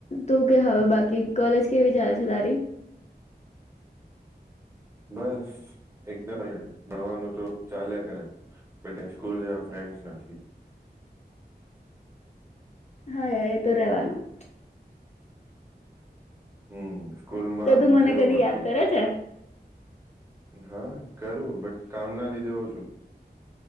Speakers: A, on the left; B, on the right.
A: તું કે હવે બાકી કોલેજ કેવી ચલે છે તારી.
B: બસ એકદમ ભણવાનું તો ચાલ્યા કરે બટ સ્કૂલ જેવા ફ્રેન્ડસ નથી.
A: હા યાર એ તો રેવાનું.
B: હમ. સ્કૂલમાં
A: તો
B: આમ
A: તું મને
B: કેવું
A: કદી
B: હતું
A: યાદ કરે છે.
B: હા કરું બટ કામ ના લીધે ઓ છું.